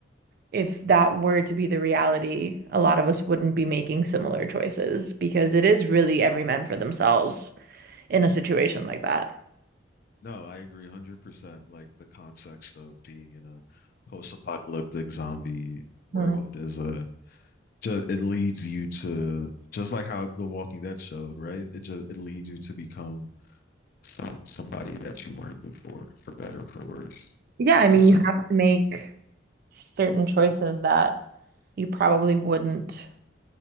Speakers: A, on the right (about 50°); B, on the left (about 50°).
A: if that were to be the reality, a lot of us wouldn't be making similar choices because it is really every man for themselves in a situation like that.
B: No, I agree 100%. Like the context of being in a post-apocalyptic zombie world
A: Mhm.
B: is a just it leads you to just like how The Walking Dead showed, right? It just it leads you to become some somebody that you weren't before, for better or for worse.
A: Yeah, I mean,
B: To sur-
A: you have to make certain choices that you probably wouldn't